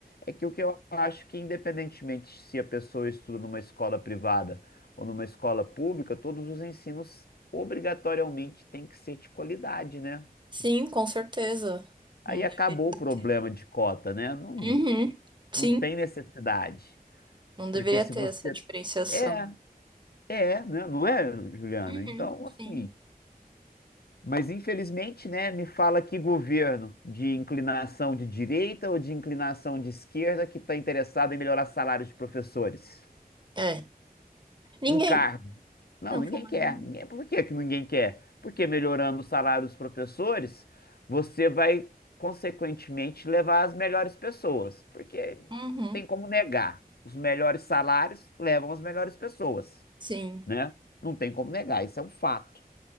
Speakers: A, on the left (about 80°); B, on the right (about 30°).
A: é que o que eu acho que, independentemente se a pessoa estuda numa escola privada ou numa escola pública, todos os ensinos obrigatoriamente têm que ser de qualidade, né?
B: Sim, com certeza.
A: Aí
B: Não
A: acabou
B: deveria
A: o problema
B: ter.
A: de cota, né? Não,
B: Uhum. Sim,
A: não tem necessidade.
B: não deveria
A: Porque se
B: ter
A: você.
B: essa diferenciação.
A: É, é, né? Não é, Juliana?
B: Uhum.
A: Então,
B: Sim.
A: assim. Mas infelizmente, né? Me fala que governo de inclinação de direita ou de inclinação de esquerda que está interessado em melhorar salários de professores.
B: É. Ninguém.
A: Um cargo. Não,
B: Não
A: ninguém
B: fuma
A: quer.
B: ninguém.
A: Ninguém... Por que que ninguém quer? Porque melhorando o salário dos professores, você vai, consequentemente, levar as melhores pessoas. Porque
B: Uhum.
A: não tem como negar. Os melhores salários levam as melhores pessoas,
B: Sim.
A: né? Não tem como negar, isso é um fato.